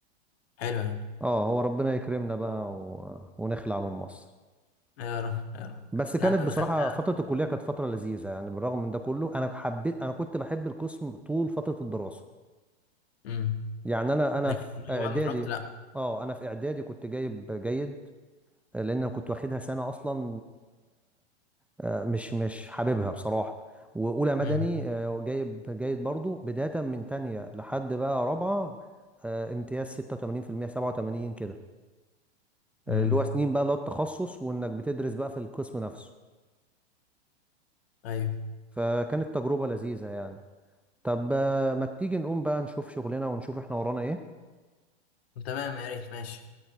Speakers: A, on the left; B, in the centre.
A: حلوه يعني
B: اه هو ربنا يكرمنا بقى و... ونخلع من مصر
A: يا رب يا رب
B: بس كانت
A: لا انا
B: بصراحة
A: دخلتها
B: فترة الكلية كانت فترة لذيذة يعني بالرغم من ده كله انا حبيت انا كنت بحب القسم طول فترة الدراسة
A: امم
B: يعني انا انا
A: لكن
B: في
A: اللي
B: اعدادي
A: هو بعد ما خرجت لا
B: اه انا في اعدادي كنت جايب جيد لان أنا كنت واخدها سنة اصلا آه، مش مش حاببها بصراحة وأولى مدني
A: امم
B: آه، جايب جيد برضو بداية من تانية لحد بقى رابعة آه، امتياز 86% 87 كده آه،
A: امم
B: اللي هو سنين بقى اللي هو التخصص وإنك بتدرس بقى في القسم نفسه
A: ايوه
B: فكانت تجربة لذيذة يعني طب آه، ما تيجي نقوم بقى نشوف شغلنا ونشوف احنا ورانا ايه
A: تمام يا ريت ماشي